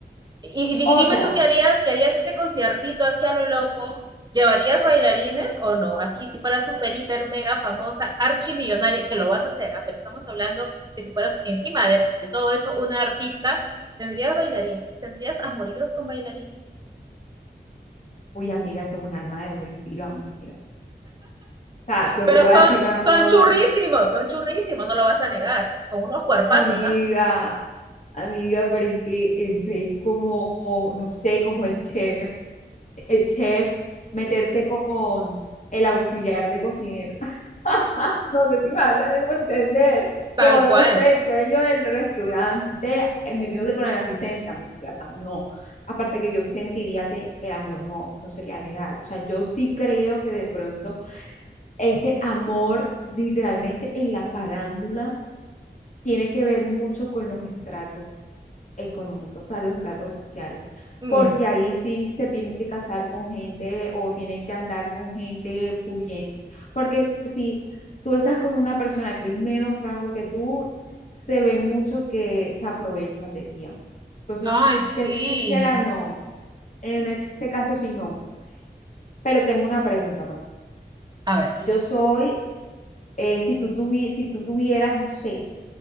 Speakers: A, on the right; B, on the left.
A: Y, y,
B: otra.
A: y dime tú qué harías, qué harías este conciertito hacia lo loco, ¿Llevarías bailarines o no? Así, si fueras súper, hiper, mega famosa, archimillonaria, que lo vas a hacer, ¿ah? pero estamos hablando que si fueras encima de, de, todo eso una artista, ¿tendrías bailarines? ¿Tendrías amoríos con bailarines?
B: Uy, amiga, eso es un arma de doble filo, amiga. O sea, yo
A: Pero
B: te voy
A: son,
B: a decir una
A: son
B: cosa,
A: churrísimos, son churrísimos, no lo vas a negar, con unos cuerpazos,
B: amiga,
A: ¿ah?
B: amiga, pero es que eso es como, no sé, como el chef el chef meterse con el auxiliar de cocinero. <laughs> No sé si me hacen entender,
A: Tal
B: como
A: cual.
B: no sé, el dueño del restaurante eh, metiéndose con el asistente, amiga, o sea, no. Aparte que yo sentiría que el amor no, no sería real. O sea, yo sí creo que de pronto ese amor literalmente en la farándula tiene que ver mucho con los estratos económicos, o sea, los estratos sociales,
A: Mm.
B: porque ahí sí se tienen que casar con gente o tienen que andar con gente pudiente, porque si tú estás con una persona que es menos rango que tú, se ve mucho que se aprovechan de ti. amigo. Entonces,
A: Ay, sí.
B: te soy sincera, no, en este caso sí no, pero tengo una pregunta. bueno,
A: A ver.
B: yo soy, eh, si tú tuvi- si tú tuvieras, no sé,